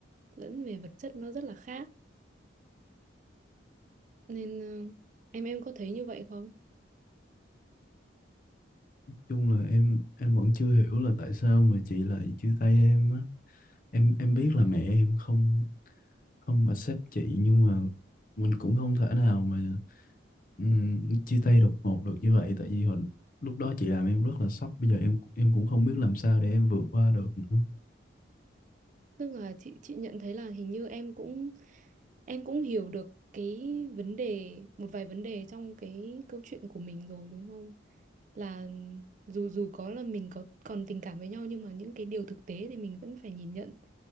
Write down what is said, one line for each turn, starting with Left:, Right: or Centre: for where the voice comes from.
Right: lẫn về vật chất nó rất là khác. Nên ờ, em em có thấy như vậy không?
Left: chung là em em vẫn chưa hiểu là tại sao mà chị lại chia tay em á em em biết là mẹ em không không accept chị nhưng mà mình cũng không thể nào mà ừm, chia tay đột ngột được như vậy tại vì hồi lúc đó chị làm em rất là sốc bây giờ em em cũng không biết làm sao để em vượt qua được nữa
Right: Tức là chị chị nhận thấy là hình như em cũng Em cũng hiểu được cái vấn đề, một vài vấn đề trong cái câu chuyện của mình rồi đúng không? Là dù dù có là mình có còn tình cảm với nhau nhưng mà những cái điều thực tế thì mình vẫn phải nhìn nhận